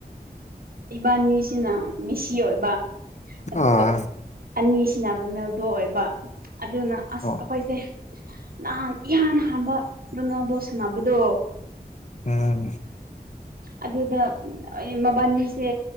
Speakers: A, on the right; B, on the left.
A: ꯏꯕꯥꯅꯤꯁꯤꯅ ꯃꯤꯁꯤ ꯑꯣꯏꯕ ꯑꯗꯨꯒ
B: ꯑꯥ
A: ꯑꯅꯤ ꯁꯤꯟꯅꯔꯨꯅꯦꯗꯣ ꯑꯣꯏꯕ ꯑꯗꯨꯅ ꯑꯁ
B: ꯑꯣ
A: ꯑꯩꯈꯣꯏꯁꯦ ꯅꯍꯥꯟ ꯏꯍꯥꯟ ꯍꯥꯟꯕ ꯅꯉꯗꯣ ꯁꯥꯟꯅꯕꯗꯣ
B: ꯎꯝ
A: ꯑꯗꯨꯗ ꯃꯕꯥꯅꯤꯁꯦ